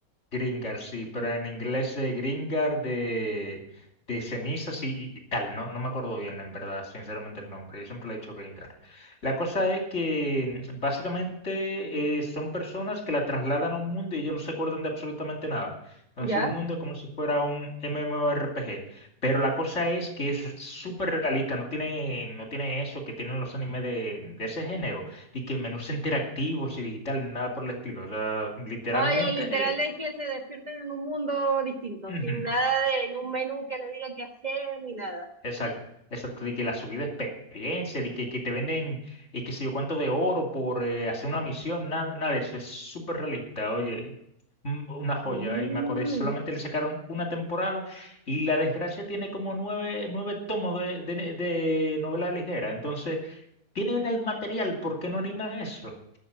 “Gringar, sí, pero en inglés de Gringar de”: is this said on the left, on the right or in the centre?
Left